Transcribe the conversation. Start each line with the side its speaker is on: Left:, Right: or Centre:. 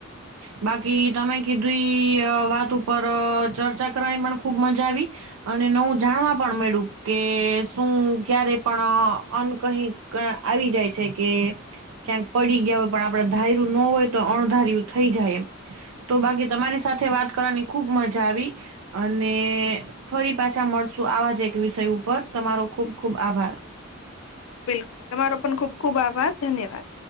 Right: બાકી તમે કીધી વાત ઉપર ચર્ચા કરવાની પણ ખુબ મજા આવી. અને નવું જાણવા પણ મયુડુ કે શું ક્યારે પણ અન કહી. કા આવી જાય છે કે ક્યાંક. પડી ગયા હોય પણ આપડે ધારું ન હોય તો અણધાર્યું થઈ જાય એમ. તો બાકી તમારી સાથે વાત કરવાની ખુબ મજા આવી. અને ફરી પાછા મળશું આવા જ એક વિષય ઉપર તમારો ખુબ ખુબ આભાર.
Left: બિલકુલ તમારો પણ ખુબ ખુબ આભાર ધન્યવાદ.